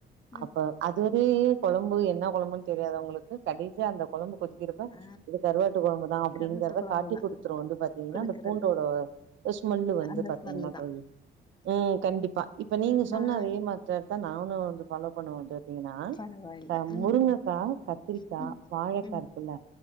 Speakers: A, on the left (about 20°); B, on the right (about 70°).
A: ம்.
B: அப்ப அது எ கொழம்பு என்ன கொழம்புன்னு தெரியாது உங்களுக்கு கடைசியா அந்த கொழம்பு கொதிக்கருப் ப்ப
A: ஆ
B: இது கருவாட்டு கொழம்பு தா அப்டிங்கிறத
A: கருவாட்டு குழம்பு
B: காட்டி
A: தான்
B: குடுத்துரு வந்து பாத்தீங்கன்னா
A: குடுக்குறது.
B: அந்த பூண்டோட ஸ்மெல்லு வந்து
A: அந்த
B: பாத்தீங்கன்னா
A: ஸ்மெல்லு தான்.
B: தோழி ம் கண்டிப்பா இப்ப நீங்க சொன்ன
A: நான்
B: அதே மேத்தட் தா நானு வந்து ஃபாலோ பண்ணவேடேட் பாத்தீன்னா
A: பரவாயில்ல.
B: அ
A: ம்,
B: முருங்கக்கா கத்திரிக்கா
A: ம்,
B: வாழைக்கா
A: ம்.
B: இருக்குல்ல